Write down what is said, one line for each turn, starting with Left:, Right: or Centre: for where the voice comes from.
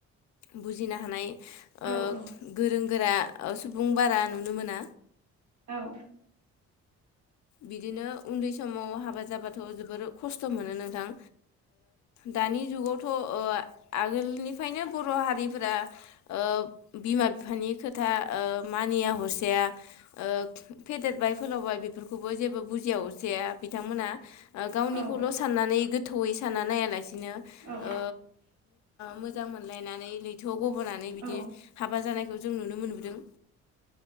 Left: बुजिनो हानाय ओ
Right: औ औ
Left: गोरों गोरा सुबुं बारा नुनो मोना
Right: औ
Left: बिदिनो उन्दै समाव हाबा जाबाथ' जोबोर खस्थ' मोनो नोंथां दानि जुगावथ' ओ आगोलनिफ्रायनो बर' हारिफोरा ओ बिमा बिफानि खोथा मानिया हसेया ओ फेदेरबाय फोलावबाय बि बेफोरखौबो जेबो बुजि हरसै बिथांमोना गावनिखौल'
Right: औ
Left: साननानै गोथौयै सानना नायालासिनो
Right: औ
Left: ओ मोजां मोनलायनानै लैथोआव गबोनानै बिदि
Right: औ
Left: हाबा जानाय जों नुनो